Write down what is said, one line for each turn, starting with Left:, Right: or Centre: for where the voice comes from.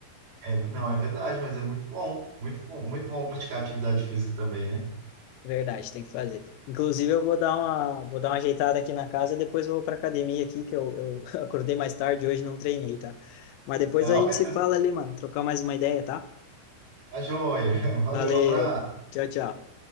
Right: É, não, é verdade, mas é muito bom. Muito bom, muito bom praticar atividade física também, né?
Left: é verdade, tem que fazer. Inclusive, eu vou dar uma, vou dar uma ajeitada aqui na casa, depois eu vou para academia aqui, que eu, eu <laughs> acordei mais tarde, hoje não treinei, tá? Mas depois
Right: Não,
Left: a gente
Right: beleza.
Left: se fala ali, mano. Trocar mais uma ideia, tá?
Right: A joia. <laughs> Valeu,
Left: Valeu.
Right: abraço.
Left: Tchau, tchau.